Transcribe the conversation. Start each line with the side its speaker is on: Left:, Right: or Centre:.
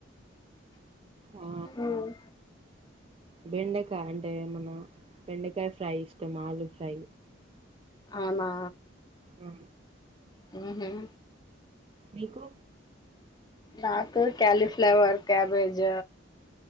Right: ఆ
Left: ఉమ్.
Right: బెండకాయ అంటే ఏ మన బెండకాయ ఫ్రై ఇష్టం ఆలు ఫ్రై
Left: అనా
Right: ఆ
Left: ఉహుం
Right: మీకు
Left: నాకు కాలీఫ్లవర్ క్యాబేజ్